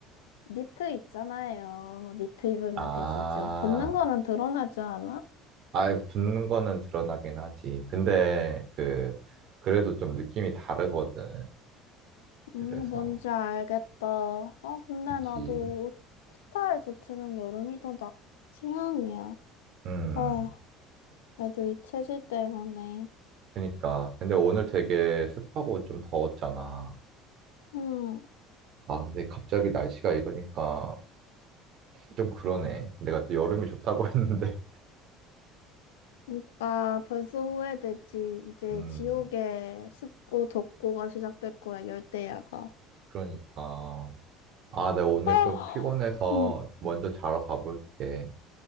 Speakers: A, on the left; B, on the right.
A: 니트 있잖아요. 니트 입으면
B: 아,
A: 되시죠. 붙는 거는 드러나지 않아?
B: 아, 이거 붙는 거는 드러나긴 하지. 근데, 그, 그래도 좀 느낌이 다르거든. 그래서.
A: 음, 뭔지 알겠다. 어, 근데
B: 그치.
A: 나도 스타일 자체는 여름이 더 나, 취향이야.
B: 음,
A: 아, 그래도 이 체질 때문에.
B: 그니까. 근데 오늘 되게 습하고 좀 더웠잖아.
A: 음,
B: 아, 근데 갑자기 날씨가 이러니까 좀 그러네. 내가 또 여름이 좋다고 <laughs> 했는데.
A: 그러니까 벌써 후회되지. 이제
B: 음,
A: 지옥의 습고 덥고가 시작될 거야, 열대야가.
B: 그러니까. 아, 내가 오늘
A: 아,
B: 좀 피곤해서
A: 음,
B: 먼저 자러 가볼게.